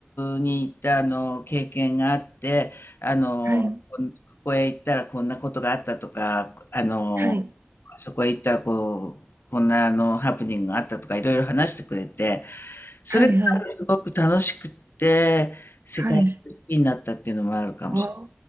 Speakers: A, on the left; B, on the right.
A: 国に行ったあの経験があってあのこここへ行ったらこんなことがあったとかあの
B: はい。はい。
A: そこへ行ったらこうこんなあのハプニングがあったとかいろいろ話してくれてそれがすごく楽しくって世界中好きになったっていうのもあるかもしれ
B: はいはい。はい。あ